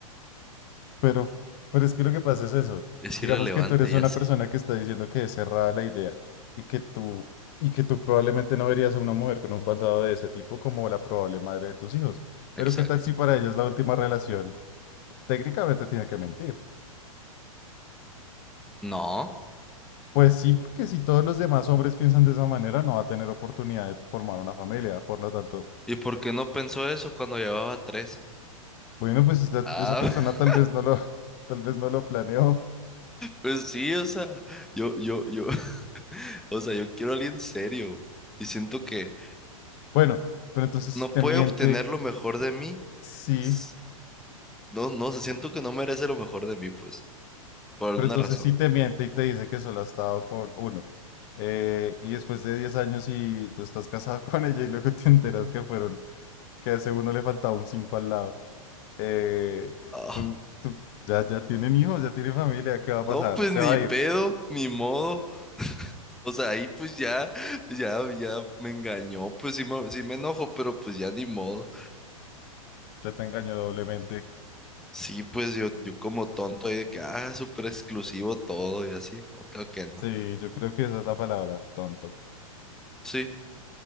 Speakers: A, on the left; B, in the centre.
A: Pero, pero es que lo que pasa es eso.
B: Es
A: Digamos
B: irrelevante,
A: que tú eres una
B: ya sé.
A: persona que está diciendo que es cerrada la idea y que tú, y que tú probablemente no verías a una mujer con un pasado de ese tipo como la probable madre de tus hijos. Pero
B: Exacto.
A: ¿qué tal si para ella es la última relación? Técnicamente tiene que mentir.
B: No.
A: Pues sí, porque si todos los demás hombres piensan de esa manera, no va a tener oportunidad de formar una familia. Por lo tanto,
B: ¿Y por qué no pensó eso cuando llevaba tres?
A: bueno, pues esta-
B: Ah,
A: esa persona
B: <laughs>
A: tal vez no lo, <laughs> tal vez no lo planeó.
B: pues sí, o sea, yo, yo, yo, <laughs> o sea, yo quiero a alguien serio. Y siento que
A: Bueno, pero entonces
B: no
A: si te
B: puede
A: miente,
B: obtener lo mejor de mí.
A: sí.
B: S- No, no, sé, siento que no merece lo mejor de mí, pues, por alguna
A: Pero entonces
B: razón.
A: sí te miente y te dice que solo has estado con uno. Eh, y después de 10 años y tú estás casado <laughs> con ella y luego te enteras que fueron, que a ese uno le faltaba un 5 al lado. Eh,
B: Ah,
A: tú, tú, ya, ya tienen hijos, ya tienen familia, ¿qué va a
B: no,
A: pasar?
B: pues
A: Se
B: ni
A: va a
B: pedo,
A: ir.
B: ni modo. O sea, ahí pues ya, ya, ya me engañó, pues sí me, sí me enojo, pero pues ya ni modo.
A: Ya te engañó doblemente.
B: Sí, pues yo, yo como tonto ahí de que, ah, súper exclusivo todo y así. No, claro que no.
A: Sí, yo creo que esa es la palabra, tonto.
B: Sí,